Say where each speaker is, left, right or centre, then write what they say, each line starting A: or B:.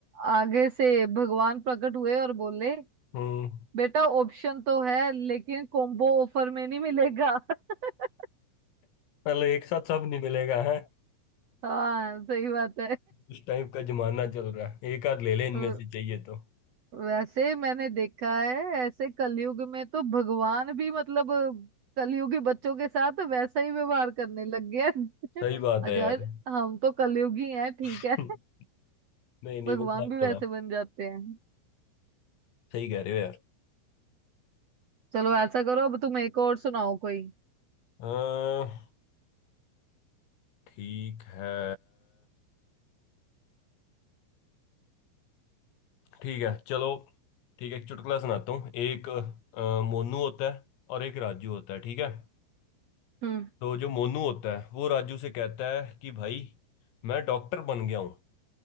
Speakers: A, on the right; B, on the left.
A: आगे से भगवान प्रकट हुए और बोले
B: हम्म
A: बेटा ऑप्शन तो है लेकिन कॉम्बो ऑफर में नहीं मिलेगा <laughs>
B: मतलब एक साथ सब नहीं मिलेगा है
A: हाँ सही बात
B: उस टाइप का जमाना चल रहा है एक आध ले ले इनमें
A: है
B: से चाहिए तो
A: वैसे मैंने देखा है ऐसे कलयुग में तो भगवान भी मतलब कलयुगी बच्चों के साथ वैसा ही व्यवहार करने लग गया है।
B: सही
A: <laughs>
B: बात
A: और
B: है
A: यार
B: यार
A: हम तो कलयुगी हैं ठीक
B: <laughs>
A: है <laughs>
B: नहीं नहीं
A: भगवान
B: वो बात
A: भी वैसे
B: तो है
A: बन जाते हैं
B: सही कह रहे हो यार
A: चलो ऐसा करो अब तुम एक और सुनाओ कोई
B: अह, ठीक है ठीक है चलो ठीक है एक चुटकुला सुनाता हूँ एक अह, मोनू होता है और एक राजू होता है ठीक है
A: हम्म
B: तो जो मोनू होता है वो राजू से कहता है कि भाई मैं डॉक्टर बन गया हूँ